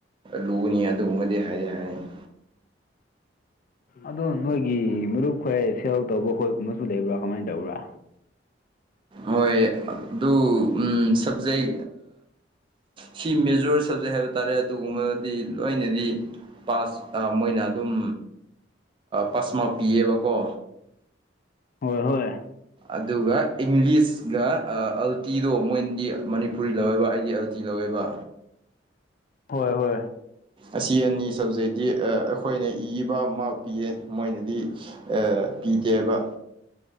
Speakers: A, on the right; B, on the left.
A: ꯂꯨꯅꯤ ꯑꯗꯨꯒꯨꯝꯕꯗꯤ ꯍꯥꯏꯌꯦ ꯍꯥꯏꯅꯤ
B: ꯑꯗꯣ ꯅꯣꯏꯒꯤ ꯃꯔꯨꯞ ꯈꯣꯏ ꯁꯦꯜ ꯇꯧꯕ ꯈꯣꯏꯒꯨꯝꯕꯁꯨ ꯂꯩꯕ꯭ꯔꯥ ꯀꯃꯥꯏꯅ ꯇꯧꯕ꯭ꯔꯥ
A: ꯍꯣꯏ ꯑꯗꯨ ꯁꯕꯖꯦꯛ ꯁꯤ ꯃꯦꯖꯣꯔ ꯁꯞꯖꯦꯛ ꯍꯥꯏꯕ ꯇꯥꯔꯦ ꯑꯗꯨꯒꯨꯝꯕꯗꯤ ꯂꯣꯏꯅꯗꯤ ꯄꯥꯁ ꯃꯣꯏꯅ ꯑꯗꯨꯝ ꯄꯥꯁꯃ ꯄꯤꯌꯦꯕꯀꯣ
B: ꯍꯣꯏ ꯍꯣꯏ
A: ꯑꯗꯨꯒ ꯏꯪꯂꯤꯁꯒ ꯑꯜꯇꯤꯗꯣ ꯃꯣꯏꯗꯤ ꯃꯅꯤꯄꯨꯔꯤ ꯂꯧꯋꯦꯕ ꯑꯩꯗꯤ ꯑꯜꯇꯤ ꯂꯧꯋꯦꯕ
B: ꯍꯣꯏ ꯍꯣꯏ
A: ꯑꯁꯤ ꯑꯅꯤ ꯁꯕꯖꯦꯛꯇꯤ ꯑꯩꯈꯣꯏꯅ ꯏꯕ ꯃꯥꯛ ꯄꯤꯌꯦ ꯃꯣꯏꯅꯗꯤ ꯄꯤꯗꯦꯕ